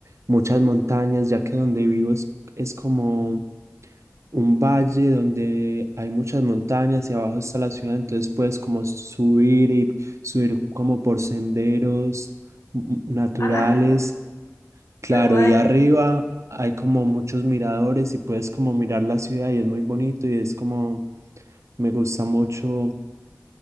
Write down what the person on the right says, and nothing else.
muchas montañas, ya que donde vivo es, es como un valle donde hay muchas montañas y abajo está la ciudad, entonces puedes como subir y subir como por senderos mm, naturales
Claro,
y arriba hay como muchos miradores y puedes como mirar la ciudad y es muy bonito y es como, me gusta mucho.